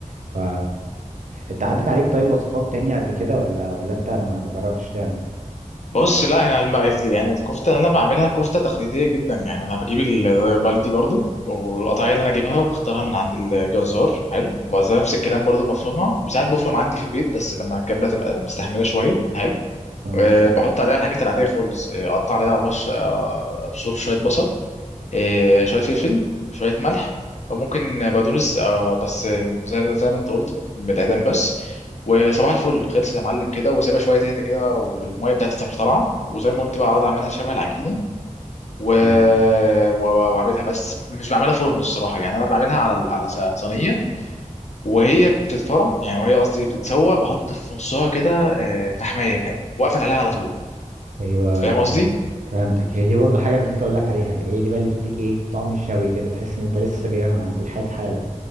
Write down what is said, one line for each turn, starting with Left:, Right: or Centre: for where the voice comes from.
Right: ف انت عدت عليك طيب وصفات تانية قبل كده ولا ولا انت ما ما جربتش تعمل
Left: بص لا يعني الم... يعني الكفته اللي انا بعملها كفته تقليديه جدا يعني انا بجيب ال- بلدي برضو والقطعيه اللي انا جايبها وبختارها من عند الجزار حلو وزي نفس الكلام برضو بفرمها وساعات بفرم عندي في البيت بس لما كانت بتبقى مستحمله شويه حلو
Right: آه،
Left: أه
Right: آه،
Left: بحط عليها الحاجات العاديه خالص آه، اقطع عليها بش آه، ابشر شويه بصل إيه، شويه فلفل شويه ملح او ممكن بقدونس آه بس آم، زي زي ما انت قلت بالاعدام بس وصباح الفل خلصت يا معلم كده وسيبها شويه تهدى كده والميه بتاعتها تروح طالعه وزي ما قلت بقى اقعد اعملها شبه العجينه و...
Right: آه.
Left: و... واعملها بس مش بعملها فرن الصراحه يعني انا بعملها على ال- على صينيه وهي بتتفرم يعني وهي قصدي بتتسوى بحط في نصها كده آه، فحمايه واقفل عليها على طول
Right: ايوه
Left: فاهم قصدي؟
Right: فهمتك هي دي برضو حاجه انا نسيت اقول لك عليها هي دي بقى اللي بتديك ايه طعم الشوي كده تحس ان انت لسه جايبها من عند الحيط حالا